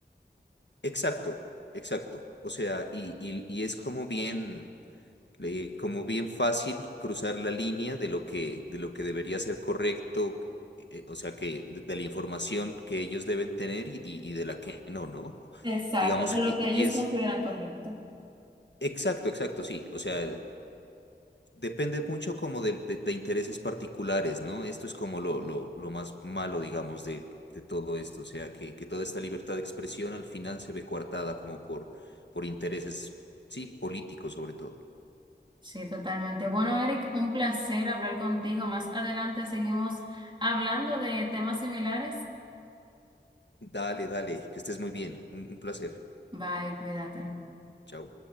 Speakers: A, on the left (about 70°); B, on the right (about 25°).
A: Exacto, exacto. O sea, y, y- y es como bien, eh, como bien fácil cruzar la línea de lo que, de lo que debería ser correcto, eh, o sea, que de, de la información que ellos deben tener y, y- y de la que no, ¿no?
B: Exacto,
A: Digamos,
B: o lo
A: y,
B: que ellos
A: y es...
B: consideran correcto.
A: Exacto, exacto, sí. O sea, Depende mucho como de, de- de intereses particulares, ¿no? Esto es como lo, lo, lo más malo, digamos, de, de todo esto. O sea, que, que toda esta libertad de expresión al final se ve coartada como por, por intereses, sí, políticos sobre todo.
B: Sí, totalmente. Bueno, Eric, un placer hablar contigo. Más adelante seguimos hablando de temas similares.
A: Dale, dale, que estés muy bien. un un placer.
B: Bye, cuídate.
A: Chao.